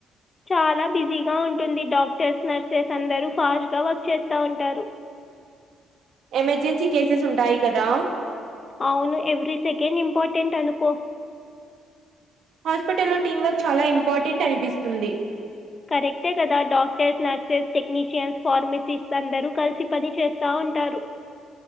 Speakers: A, on the left; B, on the right.
A: చాలా బిజీగా ఉంటుంది. డాక్టర్స్ నర్సెస్ అందరు ఫాస్ట్ గా వర్క్ చేస్తా ఉంటారు
B: ఎమర్జెన్సీ కేసెస్ ఉంటాయి. కదా
A: అవును ఎవ్రీ సెకెండ్ ఇంపార్టెంట్ అనుకో
B: హాస్పిటల్ లో టీమ్ వర్క్ చాలా ఇంపార్టెంట్ అనిపిస్తుంది.
A: కరెక్టే కదా డాక్టర్స్ నర్సెస్ టెక్నీషియన్స్ ఫార్మసిస్ట్స్ అందరు కలిసి పని చేస్ తా ఉంటారు